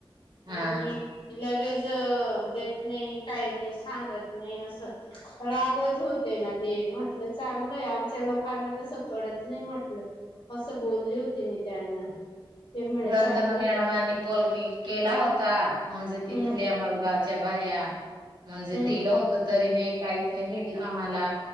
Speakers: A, on the right; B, on the left.
A: हा
B: आणि लगेच देत नाही, काही नाही, सांगत नाही असं. रागवत होते ना ते, म्हटलं चांगलंय आमच्या लोकांना तस कडत नाही म्हटलं. असं बोलले होती मी त्यांना. ते म्हणे
A: रंजना
B: चांगलं
A: मॅडमांनी कॉल की केला होता. म्हणजे तिथल्यामलगावच्या
B: हम्म
A: बाहया म्हणजे
B: हम्म
A: दिलं होत तरी नाही- काहीच नाही घेतलं आम्हाला,